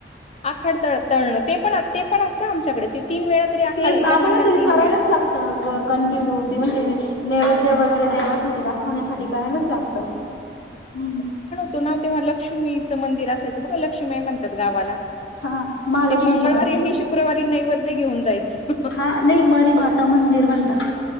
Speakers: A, on the left (about 35°); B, on the left (about 80°).
A: आखाड तळ- तळण ते पण -ते पण असत आमच्याकडे ते तीन वेळा तरी आखाड
B: ते
A: ह्या
B: ब आम्हाला
A: महिन्यात
B: ते
A: तीन
B: करायलाच
A: वेळा
B: लागत. <unintelligible> कंटिन्यू <unintelligible> नैवेद्य वगैरे देवासाठी खवण्यासाठी करायलाच लागत. हम्म.
A: तो नाव तेव्हा लक्ष्मीचं मंदिर असायच बघा, लक्ष्मी हाय म्हणत्यात गावाला.
B: हा महालक्ष्मीच्या
A: ते मंगळवारी
B: मन
A: आणि शुक्रवारी नैवेद्य घेऊन जायचं
B: हा. नाही मरी माता मंदिर म्हन <unintelligible>